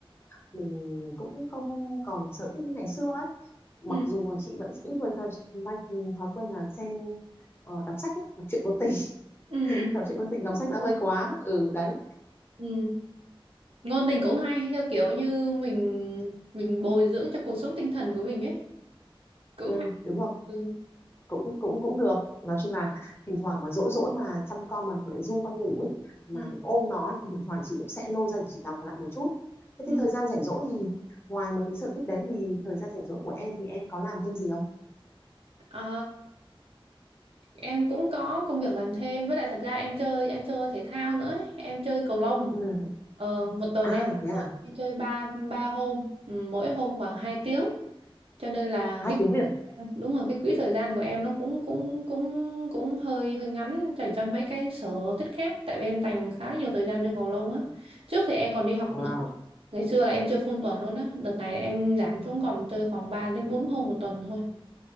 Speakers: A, on the left (about 25°); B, on the right (about 80°).
A: mình cũng không còn sở thích như ngày xưa ấy. mặc
B: ừ.
A: dù là chị vẫn giữ người thói, thói, thói quen là xem ờ, đọc sách ấy, đọc truyện ngôn tình
B: ừ
A: <laughs>
B: ừ
A: đọc truyện ngôn tình đọc sách đã hơi quá ừ đấy
B: ừ. ngôn tình cũng hay theo kiểu như mình mình bồi dưỡng cho cuộc sống tinh thần của mình ấy cũng
A: ừ
B: hay
A: đúng rồi
B: ừ
A: cũng cũng cũng được nói chung là thỉnh thoảng mà dỗi dỗi mà chăm con mà để ru con ngủ ấy mà
B: ừ
A: phải ôm nó ấy, thì thỉnh thoảng chị cũng sẽ lôi ra để chị đọc lại một chút thế
B: ừ
A: thì thời gian rảnh rỗi thì ngoài mấy cái sở thích đấy thì thời gian rảnh rỗi của em thì em có làm thêm gì không
B: Ờ, em cũng có công việc làm thêm với lại thật ra em chơi em chơi thể thao nữa ấy. em chơi cầu lông
A: ừ
B: ờ một tuần
A: à
B: em
A: thế à
B: đi chơi ba ba hôm ừ, mỗi hôm khoảng hai tiếng cho nên là
A: hai
B: cái
A: tiếng liền
B: đúng rồi cái quỹ thời gian của em nó cũng cũng cũng cũng hơi hơi ngắn dành cho mấy cái sở thích khác tại vì em dành khá là nhiều thời gian cho cầu lông á trước thì em còn đi học
A: wow
B: nữa ngày xưa là em chơi full tuần luôn á đợt này em giảm xuống còn chơi khoảng 3 đến bốn hôm một tuần thôi